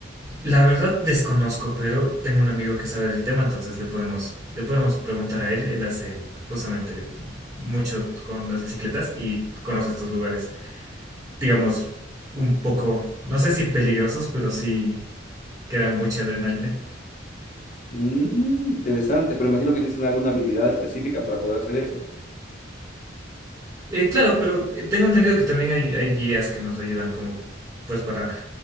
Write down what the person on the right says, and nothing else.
La verdad desconozco, pero tengo un amigo que sabe del tema, entonces le podemos, le podemos preguntar a él. Él hace justamente mucho con las bicicletas y conoce estos lugares, digamos, un poco, no sé si peligrosos, pero sí que dan mucha adrenalina.
Eh, claro, pero eh, tengo entendido que también hay, hay guías que nos ayudan como pues para